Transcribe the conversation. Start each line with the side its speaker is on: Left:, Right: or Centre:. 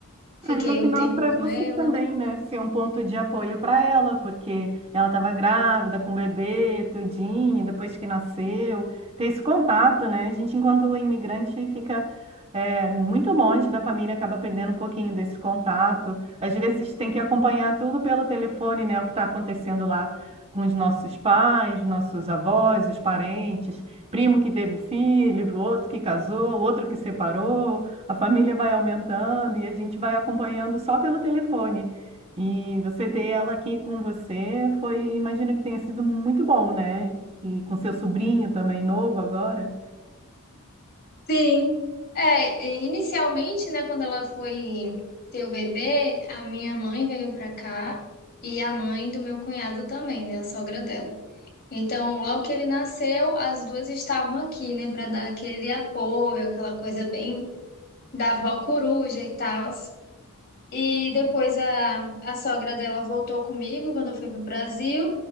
Left: Fiquei
Right: Aí no final
Left: um tempo
Right: para
Left: com
Right: você
Left: ela.
Right: também, né? Ser um ponto de apoio para ela, porque ela estava grávida com o bebê, tudinho, depois que nasceu, ter esse contato, né? A gente, enquanto imigrante, fica é, muito longe da família, acaba perdendo um pouquinho desse contato. Às vezes tem que acompanhar tudo pelo telefone, né? O que está acontecendo lá com os nossos pais, nossos avós, os parentes, primo que teve filho, outro que casou, outro que separou. A família vai aumentando e a gente vai acompanhando só pelo telefone. E você ter ela aqui com você foi, imagino que tenha sido muito bom, né? E com seu sobrinho também novo agora.
Left: Sim. É, e inicialmente, né, quando ela foi ter o bebê, a minha mãe veio pra cá e a mãe do meu cunhado também, né, a sogra dela. Então, logo que ele nasceu, as duas estavam aqui, né, para dar aquele apoio, aquela coisa bem da avó coruja e tal. E depois a, a sogra dela voltou comigo quando eu fui pro Brasil